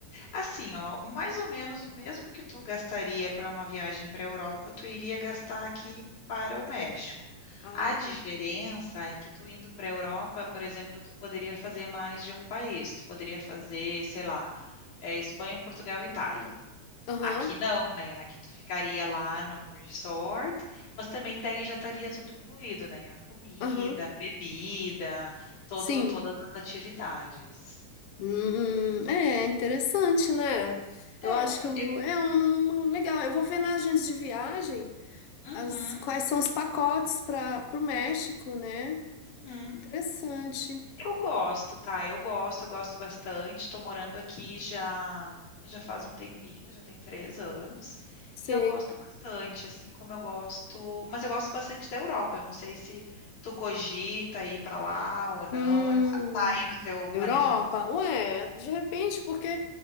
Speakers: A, on the left; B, on the left.
A: assim, ó, mais ou menos o mesmo que tu gastaria para uma viagem para a Europa, tu iria gastar aqui para o México.
B: Sei. Ah,
A: A diferença
B: tá.
A: é que tu indo para a Europa, por exemplo, tu poderia fazer mais de um país. Tu poderia fazer, sei lá, é, Espanha, Portugal, e Itália.
B: Aham.
A: Aqui não, né? Aqui tu ficaria lá num resort, mas também daí já estaria tudo incluído, né? A comida,
B: Aham.
A: a bebida, todo,
B: Sim.
A: todas as atividades.
B: Hum, é interessante, né?
A: É,
B: Eu acho que eu
A: eu.
B: vou. É um um legal. Eu vou ver na agência de viagem
A: Uhum,
B: as, quais são os pacotes para o México, né?
A: uhum.
B: Interessante.
A: Eu gosto, tá? Eu gosto, eu gosto bastante. Tô morando aqui já já faz um tempinho, já tem três anos.
B: Sei.
A: E eu gosto bastante, assim como eu gosto. Mas eu gosto bastante da Europa. Eu não sei se tu cogita ir pra lá ou não.
B: Hum,
A: É- Tá tá aí no teu planejamento.
B: Europa? Ué, de repente, porque